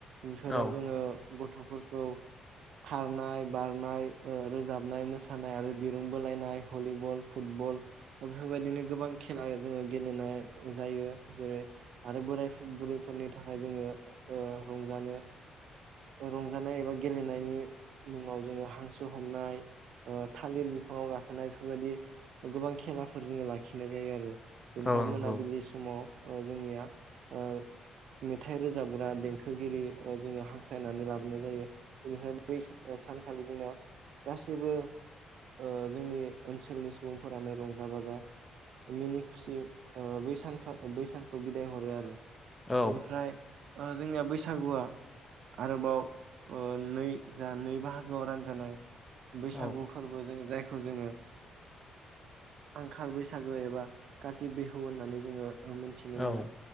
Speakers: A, on the right; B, on the left.
A: बेफोराव
B: औ
A: जोङो गथ'फोरखौ खारनाय बारनाय रोजाबनाय मोसानाय आरो दिरुं बोलायनाय भलिबल फुटबल बेफोरबायदिनो गोबां खेला जोङो गेलेनाय जायो जेरै आरो बोराय बुरैफोरनि थाखाय जोङो रंजानो रंजानाय एबा गेलेनायनि मुङाव जोङो हांसो ज हमनाय ओ थालिर बिफाङाव गाखोनाय बेफोरबायदि गोबां खेलाफोर जोङो लाखिनाय जायो आरो। बेनिफ्राय
B: औ नंगौ
A: मोनाबिलि समाव ओ जोंनिया ओ मेथाइ रोजाबग्रा देंखोगिरि जोङो हांख्रायनानै लाबोनाय जायो बेनिफ्राय बै सानखालि जोंनाव गासैबो ओ जोंनि ओनसोलनि सुबुंफोरानो रंजा बाजा मिनि खुसि ओ बै सानखा बै सानखौ बिदाय हरो आरो।
B: औ
A: बेनिफ्राय ओ जोंनिया बैसागुआ आरोबाव ओ नै जा नै बाहागोआव रानजानाय बैसागु
B: औ
A: फोरबो जों जाय खौ जोङो आंखाल बैसागो एबा काति बिहु होननानै जोङो मोनथिनो मोनो
B: औ